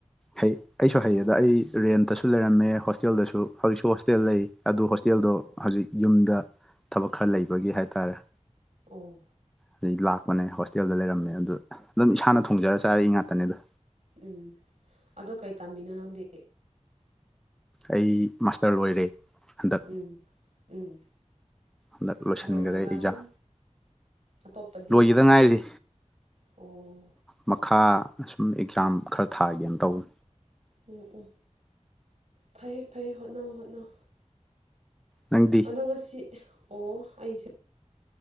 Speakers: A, in the centre; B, on the right.
A: ꯍꯩ ꯑꯩꯁꯨ ꯍꯩꯌꯦꯗ ꯑꯩ ꯔꯦꯟꯇꯁꯨ ꯂꯩꯔꯝꯃꯦ ꯍꯣꯁꯇꯦꯜꯗꯁꯨ ꯍꯧꯖꯤꯛꯁꯨ ꯍꯣꯁꯇꯦꯜ ꯂꯩ ꯑꯗꯨ ꯍꯣꯁ ꯍꯣꯇꯦꯜꯗꯣ
B: ꯑꯣ
A: ꯍꯧꯖꯤꯛ ꯌꯨꯝꯗ ꯊꯕꯛ ꯈꯔ ꯂꯩꯕꯒꯤ ꯍꯥꯏꯇꯥꯔꯦ
B: ꯑꯣ
A: ꯑꯗꯩ ꯂꯥꯛꯄꯅꯦ ꯍꯣꯁꯇꯦꯜꯗ ꯂꯩꯔꯝꯃꯦ ꯑꯗꯨꯗ ꯑꯗꯨꯝ ꯏꯁꯥꯅ ꯊꯣꯡꯖꯔ ꯆꯥꯔꯛꯏ ꯉꯥꯛꯇꯅꯦꯗ
B: ꯎꯝ ꯑꯗꯣ ꯀꯩ ꯇꯝꯃꯤꯅꯣ ꯅꯪꯗꯤ
A: ꯑꯩ ꯃꯥꯁꯇꯔ ꯂꯣꯏꯔꯦ ꯍꯟꯗꯛ
B: ꯎꯝ ꯎꯝ
A: ꯍꯟꯗꯛ ꯂꯣꯏꯁꯤꯟꯈ꯭ꯔꯦ
B: ꯂꯣꯏꯔꯒ
A: ꯑꯦꯛꯖꯥꯝ
B: ꯑꯗꯨꯝ ꯑꯇꯣꯞꯄꯗꯤ
A: ꯂꯣꯏꯒꯗ ꯉꯥꯏꯔꯤ
B: ꯑꯣ
A: ꯃꯈꯥ ꯁꯨꯝ ꯑꯦꯛꯖꯥꯝ ꯈꯔ ꯊꯥꯒꯦꯅ ꯇꯧꯋ
B: ꯎꯝ ꯎꯝ ꯐꯩ ꯐꯩ ꯍꯣꯠꯅꯧ ꯍꯣꯠꯅꯧ
A: ꯅꯪ
B: ꯣ ꯉꯁꯤ ꯑꯣ ꯑꯩꯁꯦ